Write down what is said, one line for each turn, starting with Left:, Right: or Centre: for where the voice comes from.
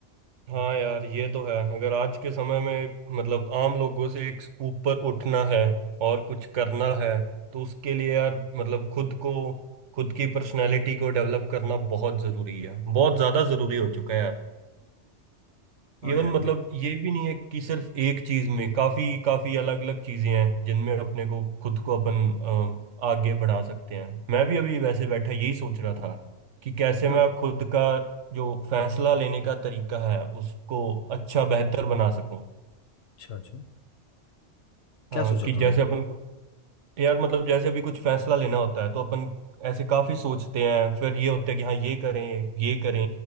Right: हाँ यार ये तो है अगर आज के समय में मतलब आम लोगों से एक ऊपर उठना है और कुछ करना है तो उसके लिए यार मतलब खुद को खुद की पर्सनैलिटी को डेवलप करना बहुत ज़रूरी है बहुत ज़्यादा ज़रूरी हो चुका है यार
Left: हाँ
Right: इवन
Left: यार
Right: मतलब
Left: ये
Right: ये भी नहीं है कि सिर्फ एक चीज में काफी काफी अलग अलग चीजें हैं जिनमें अपने को खुद को अपन अ, आगे बढ़ा सकते हैं मैं भी अभी वैसे बैठा यही सोच रहा था कि कैसे
Left: अच्छा
Right: मैं खुद का जो फैसला लेने का तरीका है उसको अच्छा बेहतर बना सकूं
Left: अच्छा अच्छा।
Right: हाँ
Left: क्या सोचा
Right: कि
Left: तूने
Right: जैसे
Left: फिर
Right: अपन यार मतलब जैसे अभी कुछ फैसला लेना होता है तो अपन ऐसे काफी सोचते हैं फिर ये होता है कि हाँ ये करें ये करें